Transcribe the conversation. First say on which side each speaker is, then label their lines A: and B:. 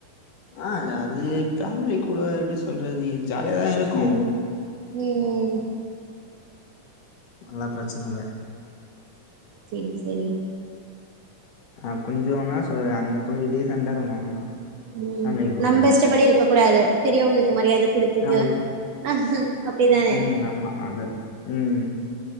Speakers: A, on the left; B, on the right.
A: ஆ அது ஃபேமிலி கூட எப்டி சொல்றது ஜாலியாதா இருக்கு
B: ம்
A: அதெல்லா பெரச்சன இல்ல
B: சேரி சேரி
A: ஆ கொஞ்சோனா சொல் அங்க கொஞ்சோ டீசண்டா இருக்கணு அவ்ளோதா
B: ம்
A: ஃபேமிலி கூட
B: நம்ம
A: போனா
B: இஷ்டப்படி இருக்க கூடாது பெரியவங்களுக்கு மரியாத குடுத்துட்டு
A: நமக்கு
B: ஆ அப்டி தானே
A: ம் ஆமா அத ம்